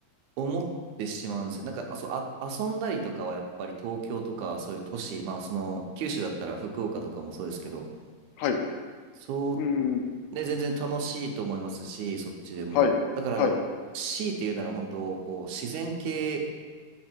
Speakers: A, on the right; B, on the left.
A: 思ってしまうんですよ。なんか、あ、そう、あ、遊んだりとかはやっぱり東京とかそういう都市、まあその九州だったら福岡とかもそうですけど、
B: はい。う
A: そう、
B: ーん、
A: ね、全然楽しいと思いますし、そっちでも。
B: はい、
A: だから、
B: はい。
A: 強いて言うなら本当、こう、自然系